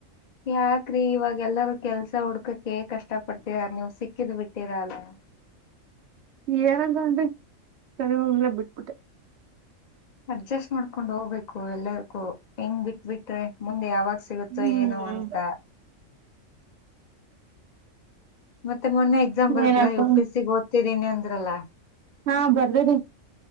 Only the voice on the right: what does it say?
ಏನಂತ ಅಂದೆ ಸರಿ ಹೋಗ್ಲಿಲ್ಲ ಬಿಟ್ಬಿಟ್ಟೆ <unintelligible>
ಹ್ಮ್
ಏನಪ್ಪ
ಹಾ ಬರ್ದೇರೀ